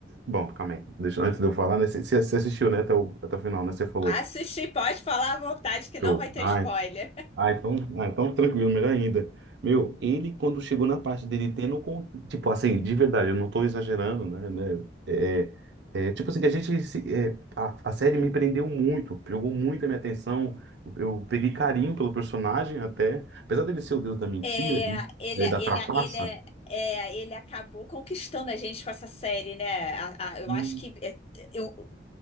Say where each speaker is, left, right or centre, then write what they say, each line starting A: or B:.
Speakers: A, on the right; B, on the left.
A: Bom, calma aí. Deixa, antes de eu falar, né? Você você assistiu, né, até o, até o final, né? Você falou.
B: Assistir, pode falar à vontade que
A: Show.
B: não vai ter
A: Ah,
B: spoiler.
A: ah, então, ah, então tranquilo, melhor ainda. Meu, ele quando chegou na parte dele tendo, con- tipo assim, de verdade, eu não tô exagerando, né? né, É, é, é, tipo assim, que a gente, se- é, a, a série me prendeu muito, pegou muito a minha atenção, eu, eu peguei carinho pelo personagem até, apesar dele ser o deus da mentira,
B: É, ele,
A: né, da
B: ele,
A: trapaça,
B: ele, é, ele acabou conquistando a gente com essa série, né? A- a- eu
A: e,
B: acho que é, eu,